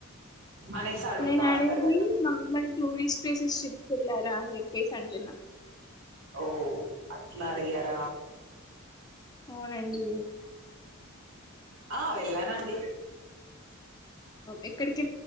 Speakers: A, on the right; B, on the left.
A: అనేసి అడుగుతా
B: నేను ఆనేది
A: ఉంటారు కదా
B: నార్మల్ టూరిస్ట్ ప్లేసెస్ ట్రీప్ కెల్లార అని చెప్పేసి అంటున్నా
A: ఆవ్ అట్లా అడిగార
B: అవునండి
A: ఆ వెళ్ళానండి
B: ఎక్కడికి